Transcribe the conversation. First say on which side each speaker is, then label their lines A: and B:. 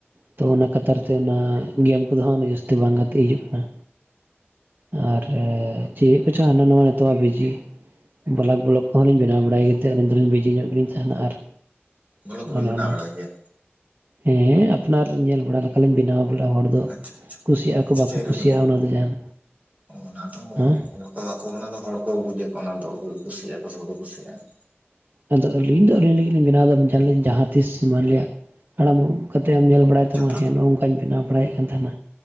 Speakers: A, on the right; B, on the right.
A: ᱛᱚ ᱚᱱᱟ ᱠᱟᱛᱟᱨ ᱛᱮ ᱚᱱᱟ ᱜᱮᱢ ᱠᱚᱫᱚ ᱦᱟᱸᱜ ᱡᱟᱹᱥᱛᱤ ᱵᱟᱝ ᱜᱟᱛᱮᱜ ᱦᱤᱡᱩᱜ ᱠᱟᱱᱟ। ᱟᱨ ᱪᱮᱜ ᱠᱚᱪᱚ ᱦᱟᱱᱟ ᱱᱚᱣᱟ ᱱᱤᱛᱚᱜ ᱟᱜ ᱵᱤᱡᱤ। ᱵᱟᱞᱟᱠ ᱵᱚᱞᱚᱠ ᱠᱚᱦᱚᱸ ᱞᱤᱧ ᱵᱮᱱᱟᱣ ᱵᱟᱲᱟᱭ ᱜᱮᱛᱮ ᱟᱹᱞᱤᱧ ᱫᱚᱞᱤᱧ ᱵᱤᱡᱤ ᱧᱚᱜ ᱜᱮᱞᱤᱧ ᱛᱟᱦᱮᱸᱱᱟ ᱟᱨ
B: ᱵᱚᱞᱚ ᱠᱚᱵᱤᱱ
A: ᱚᱱᱮ
B: ᱵᱮᱱᱟᱣ
A: ᱚᱱᱟ
B: ᱵᱟᱲᱟᱭ ᱜᱮᱭᱟ
A: ᱦᱮᱸ ᱟᱯᱱᱟᱨ ᱧᱮᱞ ᱵᱟᱲᱟ ᱞᱮᱠᱟᱞᱤᱧ ᱵᱮᱱᱟᱣ ᱵᱚᱞᱮ ᱦᱚᱲ ᱫᱚ
B: ᱟᱪᱪᱷᱟ ᱟᱪᱪᱷᱟ
A: ᱠᱩᱥᱤᱭᱟᱜ ᱟᱠᱚ
B: ᱟᱪᱪᱷᱟ
A: ᱵᱟᱠᱚ
B: ᱪᱮᱫ ᱨᱮᱵᱤᱱ
A: ᱠᱩᱥᱤᱭᱟᱜ-ᱟ ᱚᱱᱟ ᱫᱚ ᱡᱟᱦᱟᱱ
B: ᱚᱱᱟ ᱫᱚ ᱦᱚᱲ
A: ᱦᱮᱸ
B: ᱠᱚ ᱟᱠᱚ ᱚᱱᱟ ᱫᱚ ᱦᱚᱲ ᱠᱚ ᱵᱩᱡᱟ ᱚᱱᱟ ᱫᱚ ᱠᱩᱥᱤᱭᱟᱜ ᱟᱠᱚ ᱥᱮ ᱵᱟᱠᱚ ᱠᱩᱥᱤᱭᱟᱜ-ᱟ।
A: ᱟᱫᱚ ᱟᱹᱞᱤᱧ ᱫᱚ ᱟᱹᱞᱤᱧ ᱞᱟᱹᱜᱤᱫ ᱞᱤᱧ ᱵᱮᱱᱟᱣ ᱮᱫᱟ ᱡᱟᱦᱟᱸ ᱛᱤᱥ ᱢᱟᱱᱞᱮᱭᱟᱜ ᱦᱟᱲᱟᱢᱚᱜ ᱠᱟᱛᱮᱢ ᱧᱮᱞ ᱵᱟᱲᱟᱭ
B: ᱟᱪᱪᱷᱟ
A: ᱛᱟᱢᱟ
B: ᱛᱟᱦᱚᱞᱮ
A: ᱦᱮᱸ ᱱᱚᱜ ᱱᱚᱝᱠᱟᱧ ᱵᱮᱱᱟᱣ ᱵᱟᱲᱟᱭᱮᱫ ᱠᱟᱱ ᱛᱟᱦᱮᱸᱱᱟ।